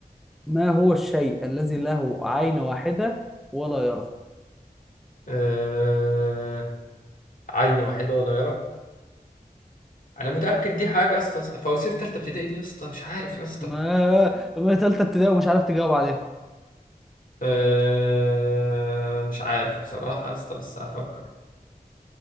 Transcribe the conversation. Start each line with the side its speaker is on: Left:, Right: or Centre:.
Centre: ما هو الشيء الذي له عين واحده ولا يرى
Left: آه... عين واحدة ولا يرى انا متأكد دي حاجة يا اسطى فوازير تالتة ابتدائي دي يا اسطى مش عارف يا اسطى
Centre: ما ما تالتة ابتدائي ومش عارف تجاوب عليها
Left: أه مش عارف بصراحة يا اسطى بس هفكر